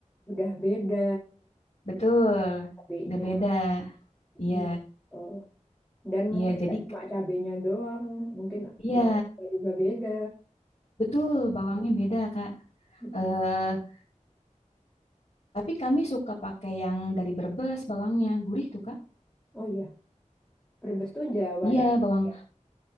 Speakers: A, in the centre; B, on the left (about 50°).
A: udah beda
B: Betul,
A: cabenya.
B: udah beda. Iya,
A: Iya. gitu. Dan
B: iya
A: mungkin
B: jadi
A: nggak cuma cabenya doang, mungkin
B: iya,
A: bawangnya juga beda.
B: betul bawangnya beda, Kak.
A: Mm-mm.
B: Eh, tapi kami suka pakai yang dari Brebes bawangnya, gurih tuh, Kak.
A: Oh iya, Brebes tuh Jawa
B: Iya,
A: daerah
B: bawang
A: ya.